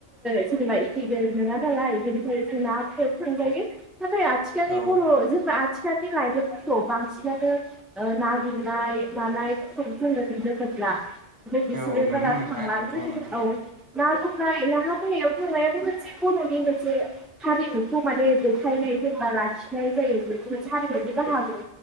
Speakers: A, in the centre; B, on the right (about 20°).
A: <unintelligible> <unintelligible> जेनेबा एखे बो नोङा नालाय बेनिफ्रायनो जों ना हायाव थांजायो नाथाय आथिखालनि
B: औ
A: बर' ज' आथिखालनि लाइमोनफोरखौ बांसिनानो ना गुरनाय मानायफोरखौ जोङो लोगोब्ला ओमफ्राय बिसोरो
B: औ नुनो
A: बारा
B: मोनला
A: गो थांला
B: नोंगौ
A: बि
B: नोंथां
A: औ ना
B: औ
A: खौ‌ना <unintelligible> खंनायाबो मोनसे बर'नि मोनसे हारिमुखौ माने दोखायनाय सोरबा लाखिनाय जायो बेखौ मोनसे हारिमुनि बाहागो